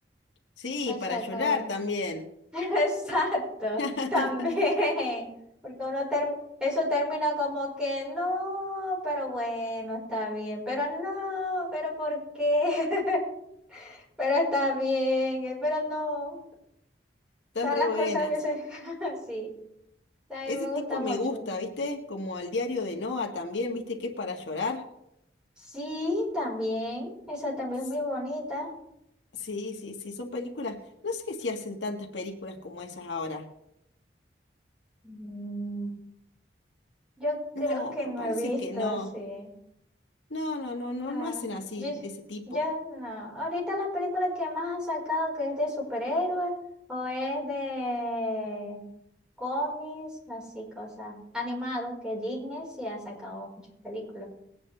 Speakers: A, on the left; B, in the centre.
A: Sí,
B: O
A: para
B: sea,
A: llorar
B: como-
A: también.
B: <laughs> Exacto,
A: <laughs>
B: también, porque uno term- eso termina como que no, pero bueno, está bien, pero no, pero ¿por qué? <laughs> Pero está bien, eh, pero no, o
A: Están
B: sea,
A: re
B: las
A: buenas.
B: cosas a veces <laughs> así, a mí
A: Ese
B: me
A: tipo
B: gusta mucho.
A: me gusta, ¿viste? Como el diario de Noah también, ¿viste? Que es para llorar.
B: Sí, también, esa también
A: S-
B: es muy bonita.
A: Sí, sí, sí, son películas. No sé si hacen tantas películas como esas ahora.
B: Mm, Yo creo
A: No,
B: que
A: me
B: no
A: parece
B: he visto
A: que no.
B: así.
A: No, no, no, no,
B: Ah,
A: no hacen así,
B: ye-
A: de ese tipo.
B: ya no. Ahorita las películas que más han sacado que es de superhéroes o es de cómics, así cosas animados, que Disney sí ha sacado muchas películas.